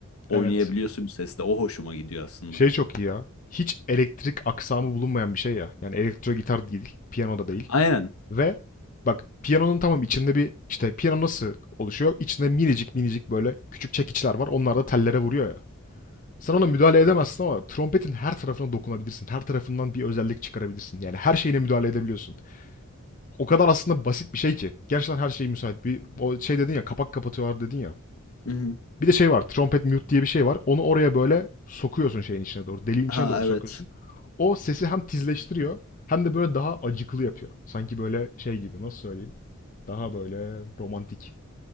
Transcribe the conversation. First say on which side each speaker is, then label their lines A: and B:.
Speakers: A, on the left; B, on the left.
A: oynayabiliyorsun
B: Evet.
A: sesle. O hoşuma gidiyor aslında.
B: Şey çok iyi ya. Hiç elektrik aksamı bulunmayan bir şey ya. Yani elektro gitar değil. Piyano da değil.
A: Aynen.
B: Ve bak piyanonun tamam içinde bir işte piyano nasıl oluşuyor? İçinde minicik minicik böyle küçük çekiçler var. Onlar da tellere vuruyor ya. Sen ona müdahale edemezsin ama trompetin her tarafına dokunabilirsin. Her tarafından bir özellik çıkarabilirsin. Yani her şeyine müdahale edebiliyorsun. O kadar aslında basit bir şey ki. Gerçekten her şey müsait. Bir o şey dedin ya kapak kapatıyorlar dedin ya.
A: Hı hı.
B: Bir de şey var. Trompet mute diye bir şey var. Onu oraya böyle sokuyorsun şeyin içine doğru. Deliğin içine
A: Ha
B: doğru
A: evet.
B: sokuyorsun. O sesi hem tizleştiriyor hem de böyle daha acıklı yapıyor. Sanki böyle şey gibi nasıl söyleyeyim? Daha böyle romantik.